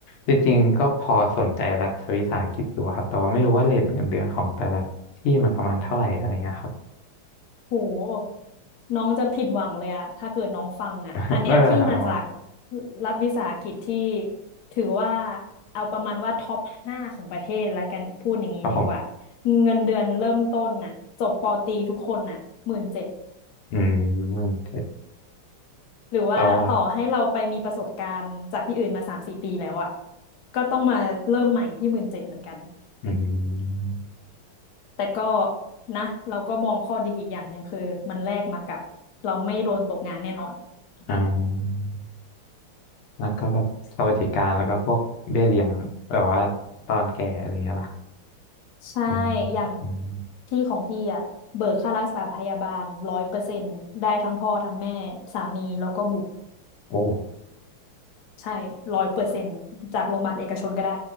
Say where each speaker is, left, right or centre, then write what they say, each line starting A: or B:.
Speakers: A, on the left; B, on the left.
A: จริงๆก็พอสนใจรัฐวิสาหกิจอยู่ครับแต่ว่าไม่รู้ว่าเรทเงินเดือนของแต่ละที่มันประมาณเท่าไหร่อะไรเงี้ยครับ
B: โหน้องจะผิดหวังเลยอะถ้าเกิดน้องฟังอะอันเนี้ยพี่มาจาก
A: <laughs> ไม่เป็นไรครับหมอ
B: รัฐวิสาหกิจที่ถือว่าเอาประมาณว่าท็อปห้าของประเทศละกันพูดอย่างนี้ดีกว่า
A: ครับผม
B: เงินเดือนเริ่มต้นน่ะจบปอตรีทุกคนน่ะหมื่นเจ็ด
A: อืมหมื่นเจ็ด
B: หรือว่าต่อให้เราไปมีประสบการณ์จากที่อื่นมาสามสี่ปีแล้วอะ
A: แต่ว่า
B: ก็ต้องมาเริ่มใหม่ที่หมื่นเจ็ดเหมือนกัน
A: อืม
B: แต่ก็นะเราก็มองข้อดีอีกอย่างหนึ่งคือมันแลกมากับเราไม่โดนตกงานแน่นอน
A: อ่าแล้วก็แบบสวัสดิการแล้วก็พวกเบี้ยเลี้ยงแบบว่าตอนแก่อะไรเงี้ยล่ะครับ
B: ใช่
A: ประมาณนั้นอืม
B: อย่างที่ของพี่อะเบิกค่ารักษาพยาบาลร้อยเปอร์เซ็นต์ได้ทั้งพ่อทั้งแม่สามีแล้วก็บุตร
A: โอ้
B: ใช่ร้อยเปอร์เซ็นต์จากโรงพยาบาลเอกชนก็ได้